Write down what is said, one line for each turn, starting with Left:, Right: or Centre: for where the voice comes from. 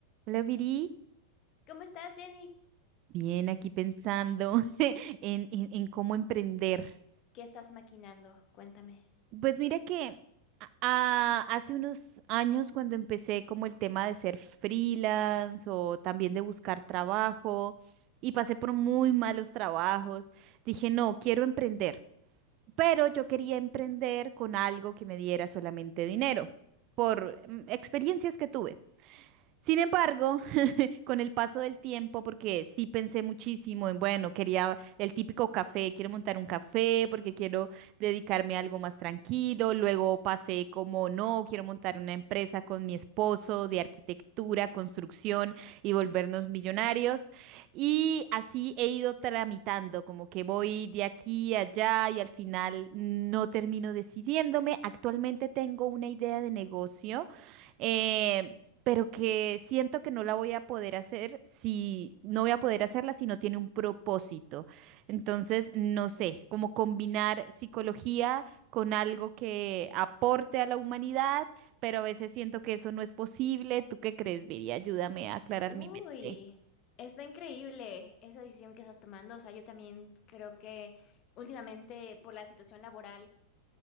Right: Hola, Viri.
Left: ¿Cómo estás, Jenny?
Right: Bien, aquí pensando <laughs> en, en- en cómo emprender.
Left: ¿Qué estás maquinando? Cuéntame.
Right: Pues mira que a- a- hace unos años cuando empecé como el tema de ser freelance o también de buscar trabajo y pasé por muy malos trabajos, dije, no, quiero emprender, pero yo quería emprender con algo que me diera solamente dinero por mm, experiencias que tuve. Sin embargo, <laughs> con el paso del tiempo, porque sí pensé muchísimo en, bueno, quería el típico café, quiero montar un café porque quiero dedicarme a algo más tranquilo. Luego pasé como, no, quiero montar una empresa con mi esposo de arquitectura, construcción y volvernos millonarios. Y así he ido tramitando, como que voy de aquí a allá y al final no termino decidiéndome. Actualmente tengo una idea de negocio. Eh, pero que siento que no la voy a poder hacer si no voy a poder hacerla si no tiene un propósito. Entonces, no sé, como combinar psicología con algo que aporte a la humanidad, pero a veces siento que eso no es posible. ¿Tú qué crees, Viri? Ayúdame a aclarar
Left: Uy,
Right: mi mente.
Left: está increíble esa decisión que estás tomando. O sea, yo también creo que últimamente por la situación laboral,